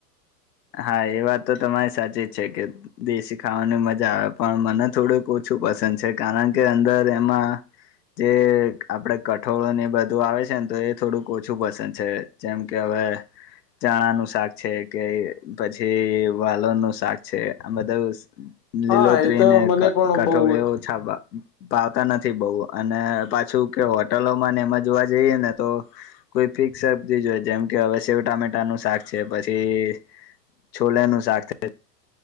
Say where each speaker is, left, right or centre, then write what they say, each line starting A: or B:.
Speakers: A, on the left; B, on the left.
A: હા, એ વાત તો તમારી સાચી જ છે કે દેશી ખાવાની મજા આવે પણ મને થોડુંક ઓછું પસંદ છે કારણ કે અંદર એમાં જે આપડે કઠોળો ને બધું આવે છેન તો એ થોડુંક ઓછું પસંદ છે, જેમ કે હવે ચણાનું શાક છે કે પછી વાલોનું શાક છે આ બધું
B: હા
A: લીલોતરી
B: એ તો
A: ને
B: મને
A: ક-કઠોળ
B: પણ બહુ
A: એવું ઓછા ભાવતા નથી બવું અને પાછું કે હોટલોમાં ને એમાં જોવા જઈએ ને તો કોઈ ફિક્સ સબ્જી જ હોય જેમ કે હવે શેવ ટામેટાનું શાક છે પછી છોલે નું શાક <inaudible>